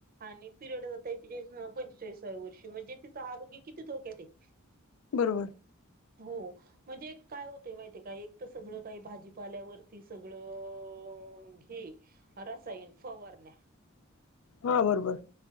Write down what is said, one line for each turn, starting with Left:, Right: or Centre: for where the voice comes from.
Right: आणि पिरियड जातायेत हेच ना पंचेचाळीसाव्या वर्षी म्हणजे तिचं आरोग्य किती धोक्यात आहे <unintelligible>
Left: बरोबर.
Right: हो. म्हणजे काय होतं माहितीय काय एक तर सगळं काही भाजीपाल्यावरती सगळं आह हे रसायन फवारण्या
Left: हा बरोबर.